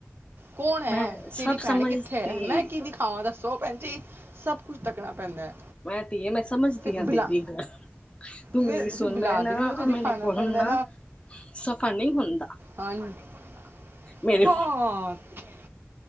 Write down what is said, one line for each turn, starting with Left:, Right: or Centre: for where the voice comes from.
Right: ਕੌਣ ਹੈ,
Left: ਮੈਂ ਸਭ
Right: ਤੇਰੀ ਭੈਣ
Left: ਸਮਝਤੀ
Right: ਕਿੱਥੇ ਐ? ਮੈਂ ਕਿ ਦਿਖਾ ਥਾਵਾਂ ਦੱਸੋ ਭੈਣ ਜੀ, ਸਭ ਕੁਛ ਤੱਕਣਾ ਪੈਂਦਾ।
Left: ਮੈਂ ਧੀਏ ਮੈਂ ਸਮਝਦੀ
Right: ਫਿਰ
Left: ਆਂ
Right: ਬਲਾ
Left: ਤੇਰੀ ਗੱਲ। ਤੂੰ
Right: ਫਿਰ
Left: ਮੇਰੀ
Right: ਫਿਰ
Left: ਸੁਨ
Right: ਬਲਾਦਰੀ
Left: ਲੈ ਨਾ
Right: ਨੂੰ ਤੇ ਦਿਖਾਣਾ
Left: ਮੇਰੇ ਕੋਲ
Right: ਪੈਂਦਾ
Left: ਹੁਨ ਨਾ
Right: ਹੈ
Left: ਸਫ਼ਰ ਨੀ ਹੁੰਦਾ।
Right: ਹਾਂ। <unintelligible>
Left: ਮੇਰੇ